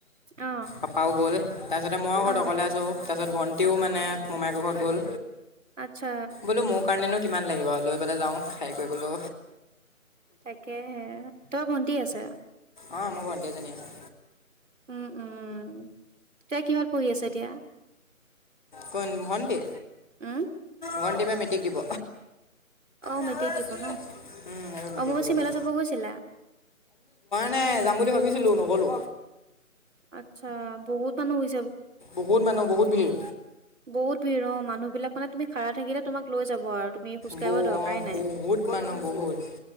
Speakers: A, on the right (about 60°); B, on the left (about 35°).
A: অহ
B: পাপাও গ'ল তাৰপিছতে মই
A: অহ
B: ঘৰত অকলে আছোঁ তাৰপাছত ভণ্টিও মানে মোমাই ঘৰত গ'ল
A: আচ্ছা
B: বোলো মোৰ কাৰণেনো কিমান লাগিব লৈ পেলাই যাওঁ খাই কৰিবলো
A: তাকেহে তোমাৰ ভণ্টি আছে
B: অ মোৰ ভণ্টীজনী আছে
A: উম উম এতিয়া কিহত পঢ়ি আছা এতিয়া
B: কোন ভণ্টি
A: উম
B: ভণ্টি এবা মেট্ৰিক দিব
A: অ
B: এইবাৰ
A: মেট্ৰিক দিব ন,
B: মিটিং
A: অম্বুবাচী
B: দিব তাই
A: মেলা চাব গৈছিলা
B: নে যাম বুলি ভাবিছিলোঁ নগলো
A: আচ্ছা বহুত মানুহ হৈ
B: বহুত মানুহ বহুত ভিৰ
A: বহুত ভিৰ অ মানুহ বিলাক মানে তুমি খাৰা থাকিলে তোমাক লৈ যাব আৰু তুমি খোজকাঢ়িব
B: ব
A: দৰকাৰেই
B: অ
A: নাই
B: বহুত মানুহ বহুত